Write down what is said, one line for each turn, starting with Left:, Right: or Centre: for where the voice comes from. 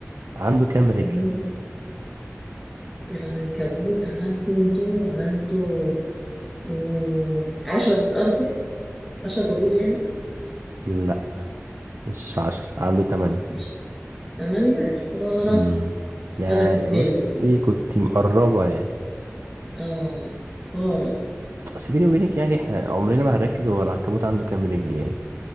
Right: عنده كام رجل؟
Centre: مم. العنكبوت عنده عنده مم. عشر أرجل عشر رجول يعني
Right: لا مش عشرة عنده تمانية
Centre: مش ثمانية يا خسارة
Right: مم. يعني
Centre: غلطت مني
Right: بصي
Centre: دي
Right: كنت مقربة يعني
Centre: آه خسارة
Right: أصل بيني وبينك يعني احنا عمرنا ما هنركز هو العنكبوت عنده كام رجل يعني